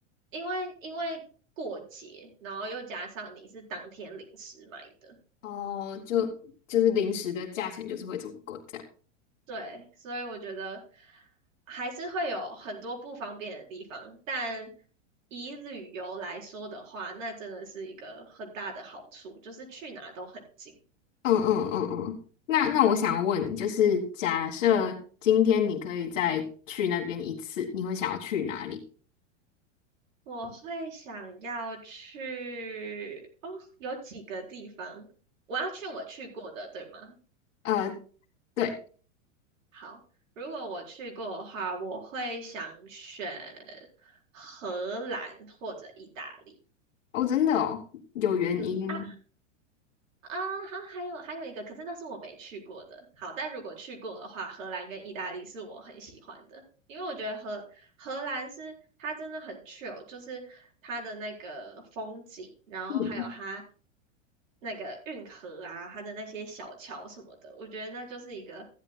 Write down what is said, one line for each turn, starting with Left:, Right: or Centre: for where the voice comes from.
Right: 因为因为过节，然后又加上你是当天临时买的。
Left: 哦，就就是零食的价钱就是会这么贵这样。
Right: 对，所以我觉得还是会有很多不方便的地方，但以旅游来说的话，那真的是一个很大的好处，就是去哪都很近。
Left: 嗯嗯嗯嗯，那那我想要问你，就是假设今天你可以再去那边一次，你会想要去哪里？
Right: 我会想要去，哦，有几个地方，我要去我去过的，对吗？
Left: 呃，对，
Right: 好，如果我去过的话，我会想选荷兰或者意大利。
Left: 哦，真的哦，有原因吗？
Right: 嗯，啊，啊，还还有还有一个，可是那是我没去过的。好，但如果去过的话，荷兰跟意大利是我很喜欢的，因为我觉得荷荷兰是它真的很 chill，就是它的那个风景，然后还有它
Left: 嗯，
Right: 那个运河啊，它的那些小桥什么的，我觉得那就是一个